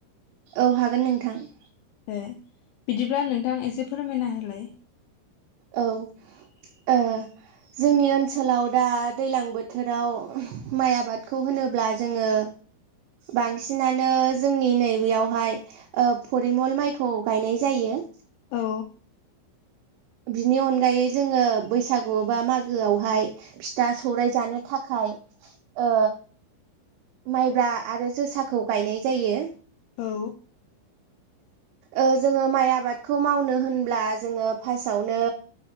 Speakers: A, on the right (about 75°); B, on the left (about 80°).
A: औ हागोन नोंथां
B: ए बिदिब्ला नोंथां एसे फोरमायना होलाय
A: औ ओ जोंनि ओनसोलाव दा दैलां बोथोराव माइ आबादखौ होनोब्ला जोङो बांसिनानो जोंनि नैबेयावहाय ओ फरिमल माइखौ गायनाय जायो
B: औ
A: बिनि अनगायै जोङो बैसागु बा मागोआवहाय फिथा सौराय जानो थाखाय ओ माइब्रा आरो जोसाखौ गायनाय जायो
B: औ
A: ओ जोङो माइ आबादखौ मावनो होनब्ला जोङो फासआवनो